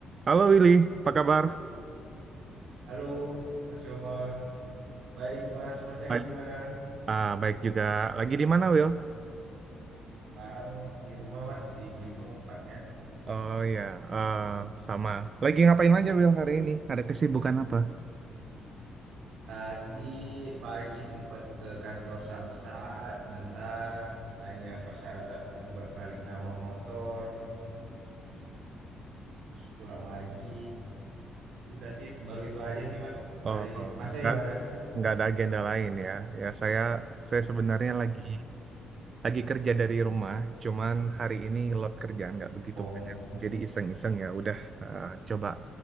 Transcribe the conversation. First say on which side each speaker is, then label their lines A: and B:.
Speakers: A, on the right; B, on the right.
A: Halo Willy, apa kabar?
B: Halo, Mas Yoma. Baik, Mas. Masnya
A: Baik.
B: gimana?
A: Ah, baik juga. Lagi di mana, Will?
B: Sekarang di rumah, Mas, di Belitung tepatnya.
A: Oh ya, eh, sama. Lagi ngapain aja, Will, hari ini? Ada kesibukan apa?
B: Tadi pagi sempat ke kantor Samsat, bentar, nanya persyaratan buat balik nama motor, terus pulang lagi. Udah sih, itu- baru itu aja sih, Mas, hari
A: Oh,
B: ini.
A: oh,
B: Masnya
A: nggak
B: gimana?
A: nggak ada agenda lain ya. Ya saya saya sebenarnya lagi lagi kerja dari rumah. Cuman hari ini load kerjaan nggak begitu
B: Oh,
A: banyak. Jadi iseng-iseng ya. Udah eh, coba